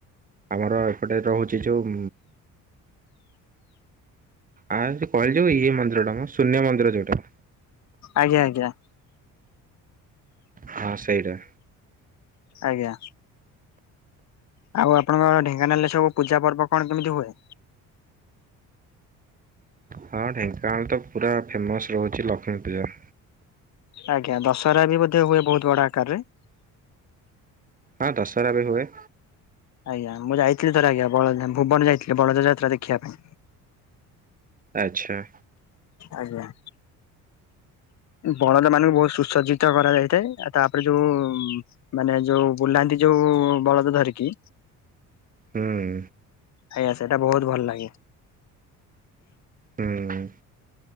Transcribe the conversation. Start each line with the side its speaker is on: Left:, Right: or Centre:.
Right: ଆମର ଏପଟେ ରହୁଛି ଯୋଉ ଆଉ ସେ କହିଲି ଯୋଉ ଇଏ ମନ୍ଦିର ଟା ମ ଶୂନ୍ୟ ମନ୍ଦିର ଯୋଉଟା।
Left: ଆଜ୍ଞା ଆଜ୍ଞା।
Right: ହଁ ସେଇଟା।
Left: ଆଜ୍ଞା। ଆଉ ଆପଣଙ୍କ ଢେଙ୍କାନାଳ ରେ ସବୁ ପୂଜା ପର୍ବ କଣ କେମିତି ହୁଏ?
Right: ହଁ ଢେଙ୍କାନାଳ ତ ପୁରା ଫେମସ୍ ରହୁଛି ଲକ୍ଷ୍ମୀ ପୂଜା।
Left: ଆଜ୍ଞା ଦଶହରା ବି ବୋଧେ ହୁଏ ବୋହୁତ୍ ବଡ ଆକାରେ।
Right: ହଁ ଦଶରା ବି ହୁଏ।
Left: ଆଜ୍ଞା ମୁଁ ଯାଇଥିଲି ଥରେ ଆଜ୍ଞା ବଳଝାମ ଭୁବନ ଯାଇଥିଲି ବଳଦ ଯାତ୍ରା ଦେଖିବା ପାଇଁ।
Right: ଆଚ୍ଛା।
Left: ଆଜ୍ଞା। ବଳଦ ମାନଙ୍କୁ ବହୁତ୍ ସୁସଜ୍ଜିତ କରାଯାଇଥାଏ। ତାପରେ ଯୋଉଁ ମାନେ ଯୋଉ ବୁଲାନ୍ତି ଯୋଉଁ ବଳଦ ଧରିକି।
Right: ହୁଁ -ଉଁ
Left: ଆଜ୍ଞା ସେଟା ବହୁତ୍ ଭଲ ଲାଗେ।
Right: ହୁଁ-ହୁଁ।